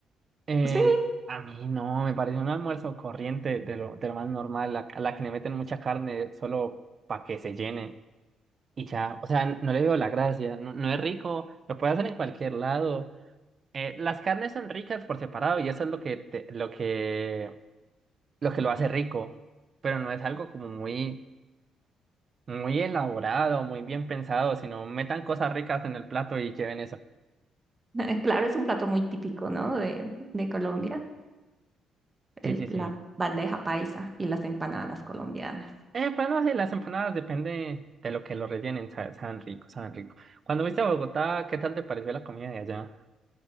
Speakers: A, on the right; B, on the right.
A: Eh,
B: Sí,
A: a mí no, me parece un almuerzo corriente de lo, de lo más normal, la- a la que le meten mucha carne solo para que se llene. Y ya, o sea, no le veo la gracia, no, no es rico, lo puedes hacer en cualquier lado. Eh, las carnes son ricas por separado y eso es lo que te- lo que lo que lo hace rico, pero no es algo como muy muy elaborado, muy bien pensado, sino metan cosas ricas en el plato y lleven eso.
B: <laughs> claro, es un plato muy típico, ¿no? De, de Colombia, el-
A: Sí, sí, sí.
B: la bandeja paisa y las empanadas colombianas.
A: Eh, pues no, sí, las empanadas depende de lo que lo rellenen, sa- saben rico, saben rico. Cuando viste a Bogotá, ¿qué tal te pareció la comida de allá?